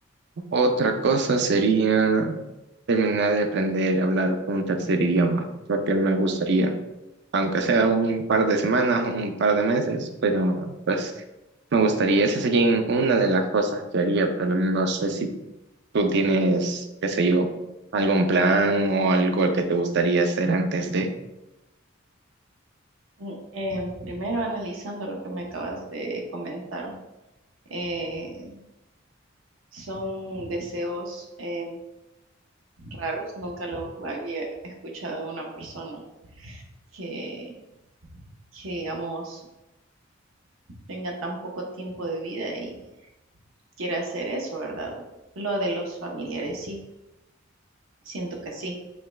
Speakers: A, on the right; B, on the right.
A: otra cosa sería terminar de aprender a hablar un tercer idioma, porque me gustaría. aunque sea un par de semanas, un par de meses, pero pues me gustaría, esa sería una de las cosas que haría, pero no sé si tú tienes, qué sé yo, algún plan o algo que te gustaría hacer antes de.
B: mm, em, primero analizando lo que me acabas de comentar, eh, son deseos em, raros, nunca los había escuchado de una persona que, que, digamos, tenga tan poco tiempo de vida y quiera hacer eso, ¿verdad? Lo de los familiares, sí, siento que sí,